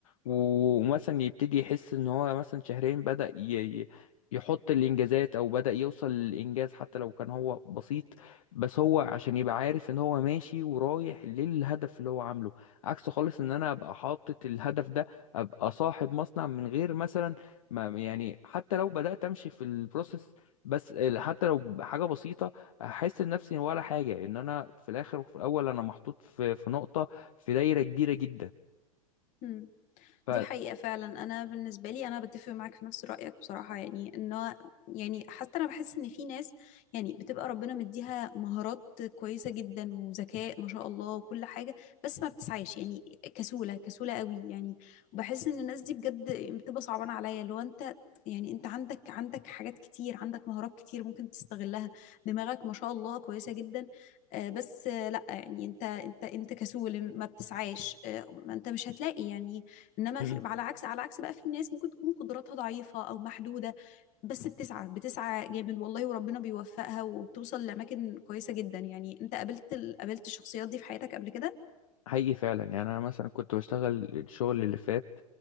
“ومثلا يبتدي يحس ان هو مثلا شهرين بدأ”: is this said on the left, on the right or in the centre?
Left